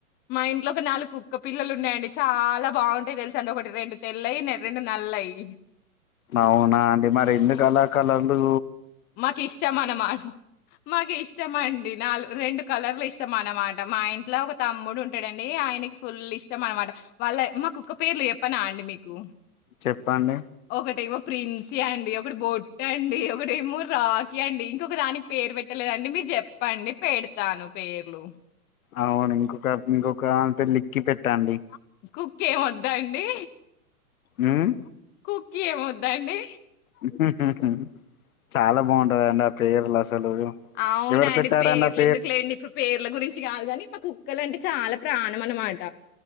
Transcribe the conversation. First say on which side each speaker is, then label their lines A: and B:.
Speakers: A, on the left; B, on the left.
A: మా ఇంట్లోక నాలుగు కుక్క పిల్లలు ఉన్నయండి చాలా బావుంటాయి దెల్సాండి ఒకటి రెండు తెల్లయి నే రెండు నల్లయి
B: అవునా అండి మరెందుకలా కలలు
A: మాకిష్టమనమాట మాకిష్టమండి నాలుగు రెండు కాలర్ల ఇష్టం అనమాట. మా ఇంట్ల ఒక తమ్ముడు ఉంటడండి ఆయన నీకి ఫుల్ ఇష్టం అనమాట వాళ్ళ మాకు కుక్క పేర్లు జెప్పనాండి మీకు.
B: చెప్పండి
A: ఓకటేమో ప్రిన్సీ అండి, ఒకటి బొట్టండి, ఒకటేమో రాకి అండి, ఇంకొక దాన్కి పేరు పెట్టలేదండి. మీర్ జెప్పండి పెడ్తాను పేర్లు
B: అవును ఇంకొక ఇంకొక అంత లిక్కి పెట్టండి
A: కుక్కెం వద్దా అండి
B: ఉమ్
A: కుక్కీ ఏమొద్దా అండి
B: ఉహుహు చాలా బాగుంటదండి ఆ పేర్లు అసలు
A: అవునాండి
B: ఎవరు పెట్టారండి
A: పేర్లు
B: ఆ
A: ఎందుకులేండి. ఇప్పుడు పేర్ల గురించి చిగాదు కాని మా కుక్కల అంటే చాలా ప్రాణం అనమాట.